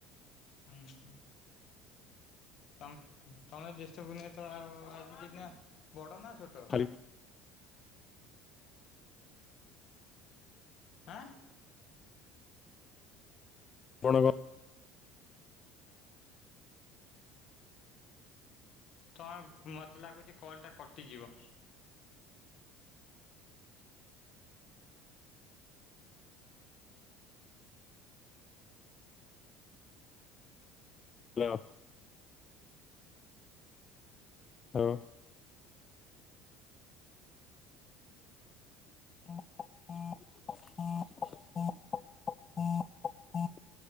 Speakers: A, on the left; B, on the left.
A: ଉ ହୁଁ। ତମ ଉହୁଁ ତମେ ଜ୍ୟେଷ୍ଠ ପୂର୍ଣ୍ଣେଇ ତ ଆ ଆଜି ନା ବଡ ନା ଛୋଟ?
B: ଖାଲି
A: ଆଁ?
B: ପଣବ।
A: ତମେ ମତେ ଲାଗୁଛି କଲ ଟା କଟିଯିବ।
B: ହ୍ୟାଲୋ। ହାଲୋ। <inaudible>